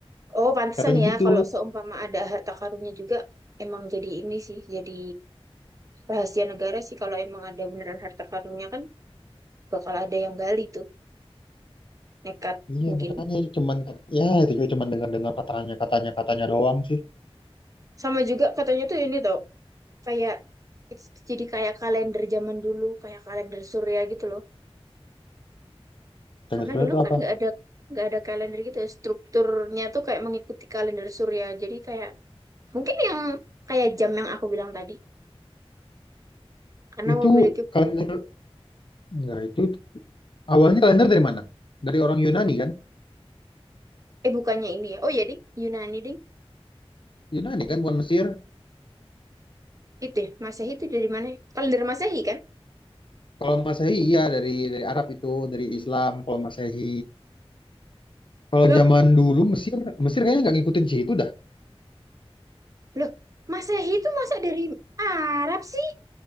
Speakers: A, on the right; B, on the left.
A: oh pantesan
B: Katanya
A: ya
B: gitu.
A: kalau seumpama ada harta karunnya juga emang jadi ini sih jadi rahasia negara sih kalau emang ada beneran harta karunnya kan bakal ada yang gali tuh nekat
B: Iya
A: mungkin
B: makanya cuman kat- ya itu juga cuman dengar-dengar katanya katanya katanya doang sih.
A: sama juga katanya tuh ini tuh kayak jadi kayak kalender zaman dulu kayak kalender surya gitu loh
B: Kalender
A: karena
B: surya
A: dulu
B: itu
A: kan
B: apa?
A: nggak ada nggak ada kalender gitu ya strukturnya tuh kayak mengikuti kalender surya jadi kayak mungkin yang kayak jam yang aku bilang tadi karena
B: Itu
A: memiliki
B: kalender enggak itu awalnya kalender dari mana? Dari orang Yunani kan?
A: eh bukannya ini ya oh ya ding Yunani ding
B: Yunani kan bukan Mesir.
A: itu ya Masehi itu dari mana ya? kalender Masehi kan
B: Kalau Masehi iya dari dari Arab itu dari Islam kalau Masehi. Kalau
A: loh
B: zaman dulu Mesir Mesir kayaknya nggak ngikutin sih itu dah.
A: loh Masehi itu masa dari Arab sih